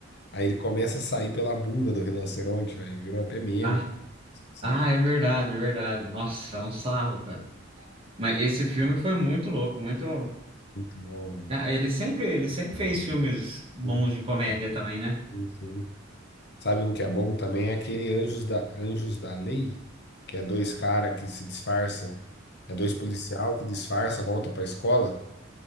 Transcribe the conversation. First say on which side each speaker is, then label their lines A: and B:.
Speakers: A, on the left; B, on the right.
A: Aí ele começa a sair pela bunda do rinoceronte, velho. Virou até meme.
B: Ah,
A: Essa
B: ah,
A: parte
B: é
A: é
B: verdade, é verdade. Nossa, é um sarro, cara. Mas esse filme foi muito louco, muito.
A: Muito bom, velho.
B: Ah, ele sempre, ele sempre fez filmes bons
A: Sim,
B: de comédia também, né?
A: sim, sim. Sabe um que é bom também? É aquele Anjos da, Anjos da Lei, que é dois caras que se disfarça. É dois policial que disfarça, volta pra escola